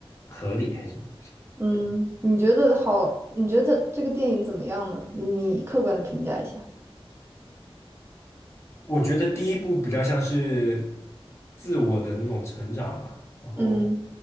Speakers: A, on the left (about 25°); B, on the right (about 25°).
A: 合理，还是什么？
B: 嗯，你觉得好？你觉得这个电影怎么样呢？你客观的评价一下。
A: 我觉得第一部比较像是自我的那种成长吧，然后，
B: 嗯